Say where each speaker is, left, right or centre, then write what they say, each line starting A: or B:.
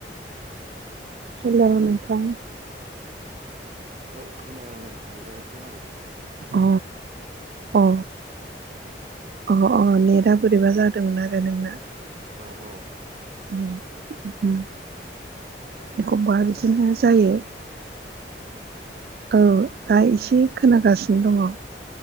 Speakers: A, on the right; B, on the right.
A: हेलौ नोंथां
B: औ खोनादों नै नेदा एसे मार
A: अ अ अ अ नेटआ बोरैबा जादों आरो नोंना
B: औ औ
A: उम एखमबा बिदिनो
B: खोनागासिनो
A: जायो
B: दं ना
A: औ दा एसे
B: हेल'
A: खोनागासिनो दङ